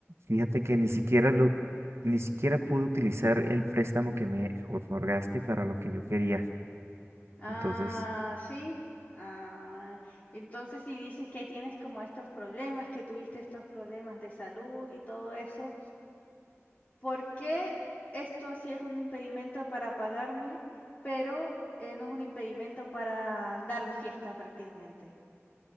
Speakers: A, on the right; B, on the left.
A: Fíjate que ni siquiera lo, ni siquiera pude utilizar el préstamo que me otorgaste para lo que yo quería.
B: Ah,
A: Entonces,
B: sí. Ah, entonces si dices que tienes como estos problemas, que tuviste estos problemas de salud y todo eso, ¿por qué esto sí es un impedimento para pagarme, pero eh, no es un impedimento para andar de fiesta prácticamente?